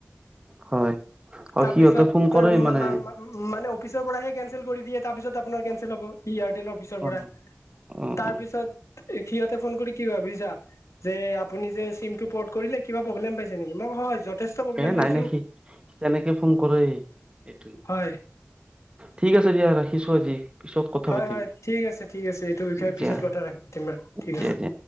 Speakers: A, on the right (about 20°); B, on the left (about 80°).
A: হয় অ
B: তাৰপিছতে
A: সিহঁতে ফোন কৰে
B: মা-
A: মানে
B: মা- মা- মানে অফিচ। তেওঁৰ পৰা সেই কেন্সেল কৰি দিয়ে তাৰপিছত আপোনাৰ কেন্সেল হ'ব, ই এয়াৰটেল অফিচৰ পৰা
A: অ অ
B: তাৰপিছত।
A: অ
B: এ' সিহঁতে ফোন কৰি কি ভাবিছা? যে আপুনি যে চিম টো পৰ্ট কৰিলে কিবা প্ৰব্লেম পাইছে নেকি, মই হয় হয় যথেষ্ট প্ৰব্লেম
A: এ নাই
B: পাইছো
A: নেকি তেনেকে ফোন কৰে এইটো।
B: হয়',
A: ঠিক আছে দিয়া ৰাখিছো আজি। পিছত কথা
B: হয়',
A: পাতিম
B: হয়', ঠিক আছে ঠিক আছে এইটো বিষয়ে পিছত
A: দিয়া
B: কথা ৰাখিম ঠিক
A: দিয়া
B: আছে।
A: দিয়া